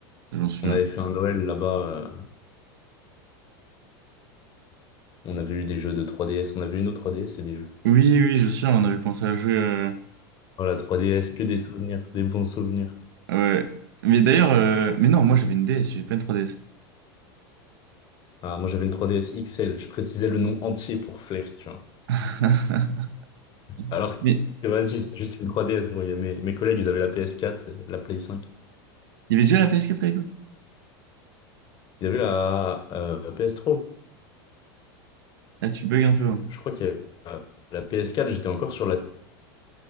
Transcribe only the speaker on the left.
On avait fait un Noël là-bas. euh, on avait eu des jeux de 3DS. On avait une autre 3DS et des jeux.
Oh, la 3DS, que des souvenirs, des bons souvenirs.
Ah, moi, j'avais une 3DS XL. Je précisais le nom entier pour flex, tu vois.
Alors
que, vas-y, c'est juste une 3DS. gros. Il y a mes, mes collègues, ils avaient la PS4, la Play 5.
Il y avait la euh, PS3.
Je
sais plus.
Je crois qu'il y avait la la PS4, j'étais encore sur la...